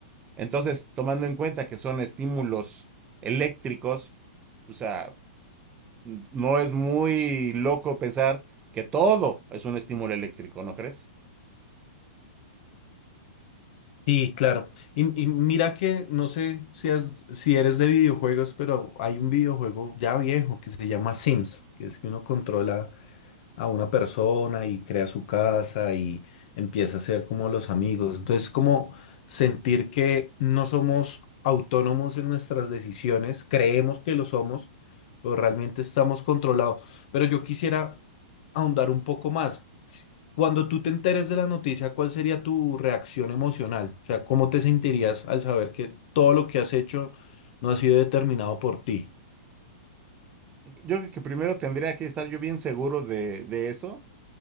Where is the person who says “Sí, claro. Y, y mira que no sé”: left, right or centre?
Left